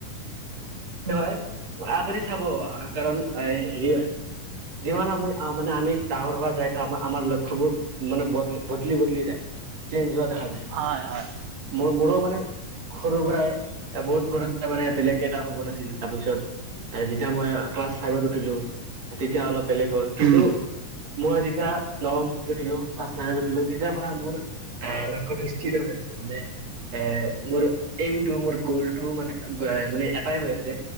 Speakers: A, on the right; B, on the right.
A: হয় আপুনি, চাব কাৰণ এ হেৰি হয় যিমান আপুনি মানে আমি ডাঙৰ, হোৱা যায় তো আপুনি আমাৰ লক্ষ্যবোৰ মানে বদকি, বদলি বদলি যায়, চেঞ্জ হোৱা দেখা যায়।
B: হয়, হয়।
A: মোৰ মোৰো মানে সৰুৰ পৰাই বহুত সৰু মানে বেলেগে তাৰ পিছত যেতিয়া ম‌ই ক্লাচ ফাইভত উঠিলো, তেতিয়া অলপ বেলেগ হ'ল কিন্তু
B: উম
A: মই আজিতি নৱম আছিলো। তেতিৰ পৰা মোৰ অ' লক্ষ্যটো নিত হৈ আছে মানে। এ মোৰ এইমটো, মোৰ গ'লটো মানে এ মানে টাই হৈ আছে